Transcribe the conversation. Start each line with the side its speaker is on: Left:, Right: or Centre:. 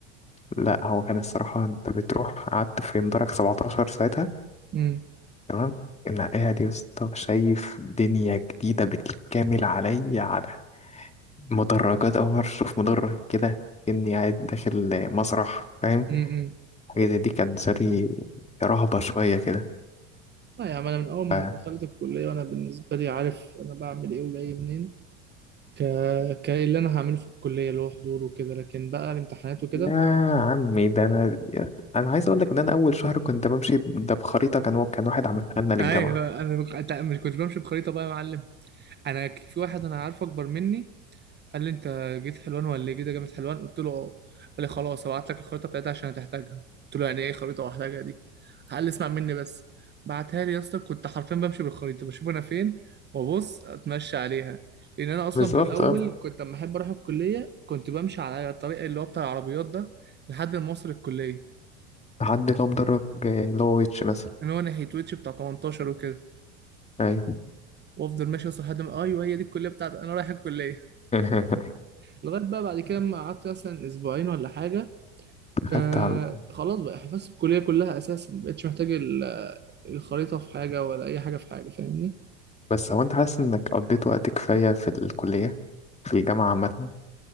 Left: لا هو كان الصراحة انت بتروح قعدت في مدرج 17 ساعتها
Right: مم.
Left: تمام انا قاعد يا اسطى شايف دنيا جديدة بالكامل عليا على مدرجات أول مرة أشوف مدرج كده إني قاعد داخل مسرح فاهم
Right: مم.
Left: حاجة زي دي كانت بالنسبة لي رهبة شوية كده
Right: لا يا عم انا من اول ما
Left: ف...
Right: دخلت الكليه وانا بالنسبه لي عارف انا بعمل ايه وجاي منين ك ك اللي انا هعمله في الكليه اللي هو حضور وكده لكن بقى الامتحانات وكده
Left: يا عمي ده أنا أنا عايز أقول لك إن أنا أول شهر كنت بمشي ده بخريطة كان كان واحد عملها لنا للجامعة
Right: ايوه انا بق- أنت مش كنت بمشي بخريطه بقى يا معلم انا ك- في واحد انا عارفه اكبر مني قال لي انت جيت حلوان ولا ايه؟ جيت جامعة حلوان قلت له اه قال لي خلاص هبعت لك الخريطه بتاعتها عشان هتحتاجها قلت له يعني ايه خريطه واحتاجها دي قال لي اسمع مني بس بعتها لي يا اسطى كنت حرفيا بمشي بالخريطه بشوف انا فين وابص اتمشى عليها لان انا اصلا
Left: بالظبط
Right: في الاول كنت لما احب اروح الكليه كنت بمشي على الطريق اللي هو بتاع العربيات ده لحد ما اوصل الكليه
Left: تحدي اللي هو مدرب آه، اللي هو ويتش مثلا
Right: ان هو ناحيه ويتش بتاع 18 وكده
Left: ايوه
Right: وافضل ماشي اصلا لحد ما ايوه هي دي الكليه بتاعتي انا رايح الكليه
Left: <laughs>
Right: لغايه بقى بعد كده ما قعدت مثلا اسبوعين ولا حاجه
Left: خدت
Right: ك...
Left: على
Right: خلاص بقى حفظت الكلية كلها أساسا ما بقتش محتاج ال- الخريطة في حاجة ولا أي حاجة في حاجة فاهمني
Left: بس هو انت حاسس انك قضيت وقت كفاية في الكلية في الجامعة عامة